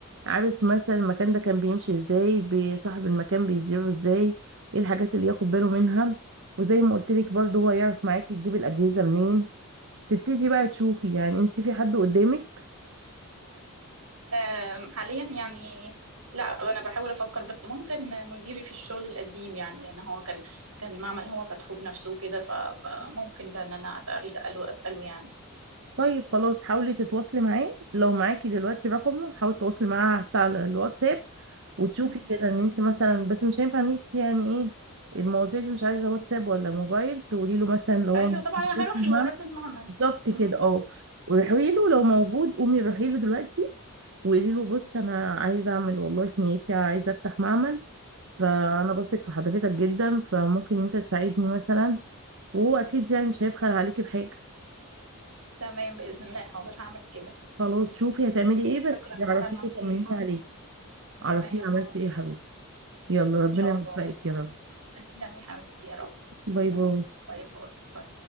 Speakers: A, on the right; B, on the right.
A: عارف مثلا المكان ده كان بيمشي ازاي بصاحب المكان بيديره ازاي ايه الحاجات اللي ياخد باله منها وزي ما قلت لك برضو هو يعرف معاكي تجيب الأجهزة منين تبتدي بقى تشوفي يعني انت في حد قدامك
B: آم، حاليا يعني لا انا بحاول افكر بس ممكن مديري في الشغل القديم يعني لان هو كان كان معمل هو فتحه بنفسه كده ف- فممكن ده ان انا الجا له اساله يعني
A: طيب خلاص حاولي تتواصلي معاه لو معاكي دلوقتي رقمه حاولي تتواصلي معاه حتى على الواتساب وتشوفي
B: مم.
A: كده ان انت مثلا بس مش هينفع ان انت يعني ايه المواضيع دي مش عايزه واتساب ولا موبايل تقولي له مثلا لو هو
B: ايوه
A: موجود
B: طبعا انا هروح
A: في المعنى
B: له هروح للمعمل
A: بالظبط كده
B: مم.
A: اه وروحي له لو موجود قومي روحي له دلوقتي وقولي له بص انا عايزه اعمل والله في نيتي عايزه افتح معمل فانا بثق في حضرتك جدا فممكن انت تساعدني مثلا وهو اكيد يعني مش هيبخل عليكي بحاجه
B: تمام باذن الله حاضر هعمل كده
A: خلاص شوفي هتعملي ايه بس
B: شكرا
A: <laughs> عرفيني
B: على النصيحه
A: طمنيني عليك عرفيني
B: تمام
A: عملتي
B: حاضر
A: ايه يا حبيبتي
B: حاضر
A: يلا ربنا
B: ان شاء
A: يوفقك
B: الله
A: يا رب
B: تسلمي حبيبتي يا رب تسلمي
A: باي باي
B: باي باي